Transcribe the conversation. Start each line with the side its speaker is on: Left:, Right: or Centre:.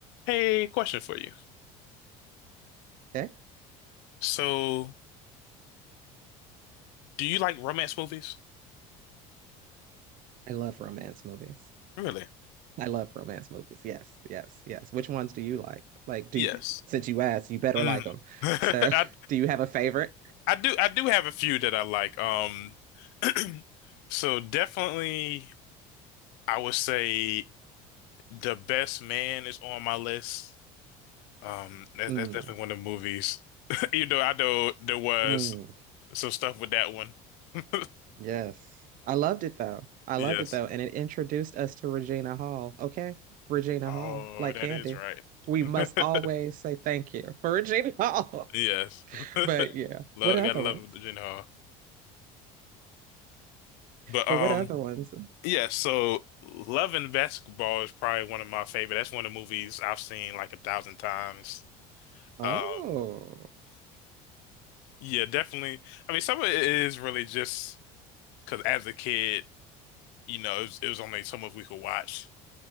Left: Hey, question for you.
Right: Okay.
Left: So, do you like romance movies?
Right: I love romance movies.
Left: Really?
Right: I love romance movies. Yes, yes, yes. Which ones do you like? Like, do
Left: Yes.
Right: you, since you asked, you better
Left: Mm.
Right: like them.
Left: <laughs> I
Right: So, <laughs> do you have a favorite?
Left: I do I do have a few that I like. Um, <clears throat> so definitely I would say The Best Man is on my list. Um, that's,
Right: Mm,
Left: that's definitely one of the movies. <laughs> You know, I know there was
Right: mm,
Left: some stuff with that one. <laughs>
Right: yes. I loved it though. I
Left: Yes.
Right: loved it though. And it introduced us to Regina Hall. Okay. Regina
Left: Oh,
Right: Hall, like
Left: that
Right: Candy.
Left: is right.
Right: We must
Left: <laughs>
Right: always say thank you for Regina Hall.
Left: Yes.
Right: <laughs> But yeah,
Left: Love,
Right: what other
Left: gotta love
Right: ones?
Left: Gyllenhaal. But um.
Right: Or what other ones?
Left: Yeah, so Love and Basketball is probably one of my favorite. That's one of the movies I've seen like a thousand times.
Right: Oh.
Left: Um, yeah, definitely. I mean, some of it is really just because as a kid, you know, it was, it was only so much we could watch.